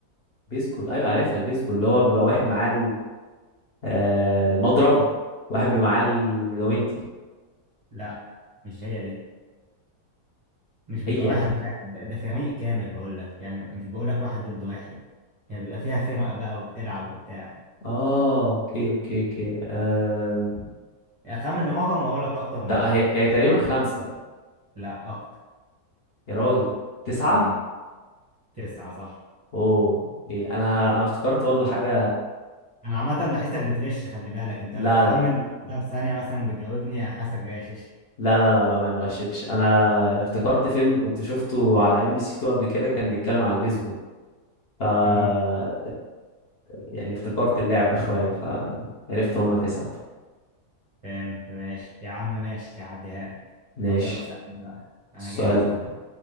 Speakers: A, on the left (about 45°); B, on the right (about 30°).
A: بيسبول ايوه عارفها البيسبول اللي هو بيبقى واحد معاه آه المضرب واحد بمعاه الجوينتي
B: لا مش هي دي مش بيبقى
A: هي
B: واحد واحد ده ده فريق كامل بقول لك يعني مش بقول لك واحد ضد واحد هي يعني بيبقى فيها فرقة بقى وبتلعب وبتاع
A: اه اوكي اوكي اوكي آم،
B: أخمن رقم وأقول لك أكتر ولا
A: لا هي,
B: أقل.
A: هي تقريبا خمسة
B: لا أكتر
A: يا راجل تسعة
B: امم تسعة صح
A: اوه اوكي انا انا افتكرت برضو حاجة
B: أنا عامة بحسك بتغش خلي بالك أنت
A: لا
B: بتخمن
A: لا
B: لا بثانية مثلا بتجاوبني حاسك غاشش
A: لا لا لا بقى انا ما غشيتش انا افتكرت فيلم كنت شفته على ام بي سي 2 قبل كده كان بيتكلم على البيسبول ف آه،
B: امم
A: يعني افتكرت اللعبة <laughs> شوية فعرفت ان هما تسعة
B: فهمت ماشي يا عم ماشي هعديها لك
A: ماشي
B: طب يلا سألني بقى أنا
A: السؤال
B: جاهز عامة